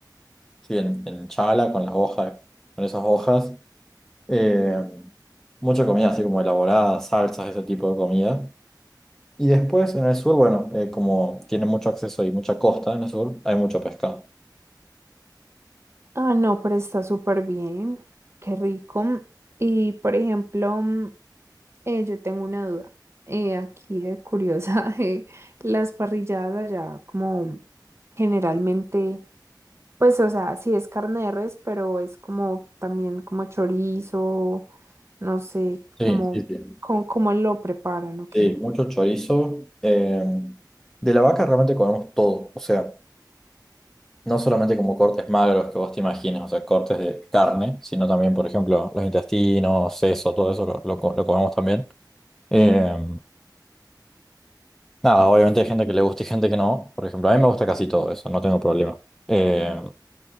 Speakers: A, in the centre; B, on the right.
A: sí, en, en chala, con las hojas, con esas hojas, eh, mucha comida así como elaborada, salsas, ese tipo de comida. Y después en el sur, bueno, eh, como tiene mucho acceso y mucha costa en el sur, hay mucho pescado.
B: Ah, no, pero está súper bien. Qué rico. Y por ejemplo, mm, eh, yo tengo una duda. eh, aquí de curiosa, <laughs> eh, las parrilladas allá, como generalmente, pues, o sea, sí es carne de res, pero es como también como chorizo, no sé,
A: Sí,
B: como,
A: sí, sí. Sí,
B: como, cómo lo preparan, ¿o
A: Sí,
B: qué?
A: mucho chorizo. eh, de la vaca realmente comemos todo. O sea, no solamente como cortes magros que vos te imaginas, o sea, cortes de carne, sino también, por ejemplo, los intestinos, seso, todo eso lo, lo co- lo comemos también. Eh, nada, obviamente hay gente que le gusta y gente que no. Por ejemplo, a mí me gusta casi todo eso, no tengo problema. Eh,